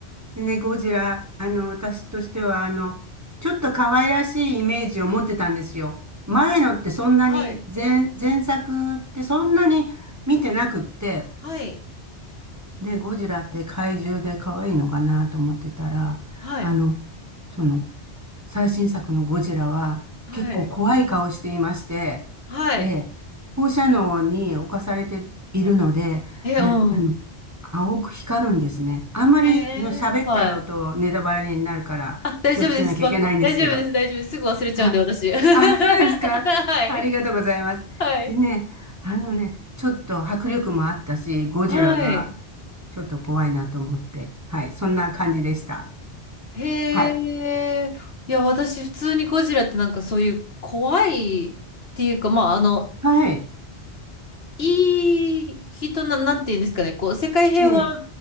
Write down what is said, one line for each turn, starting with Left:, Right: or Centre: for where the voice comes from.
Right: でね、ゴジラ、あの、私としては、あの、ちょっと可愛らしいイメージを持ってたんですよ。前のってそんなに、
Left: はい。
Right: 前、前作ってそんなに見てなくって、
Left: はい。
Right: で、ゴジラって怪獣で可愛いのかなと思ってたら、
Left: はい。
Right: あの、その、最新作のゴジラは結構怖い顔していまして、
Left: はい。はい。
Right: で、放射能に侵されているので、
Left: え、
Right: え、
Left: うん
Right: あの、青く光るんですね。あんまり、
Left: え。
Right: あの、喋ったらとネタバレになるから気をつけなきゃいけないんですけど。
Left: はい。あ、大丈夫です。わ大丈夫です。大丈夫です。すぐ忘れちゃうんで、
Right: はい。
Left: 私。<laughs> はい。
Right: あ、そうですか。ありがとうございます。
Left: はい。
Right: でね、あのね、ちょっと迫力もあったし、ゴジラがちょっと怖いなと思って。
Left: はい。
Right: はい。そんな感じでした。
Left: へ
Right: はい。
Left: え。いや、私、普通にゴジラってなんかそういう怖いっていうか、まあ、あの、
Right: はい。
Left: いい人な、なんていうんですかね、こう、世界平和
Right: ええ。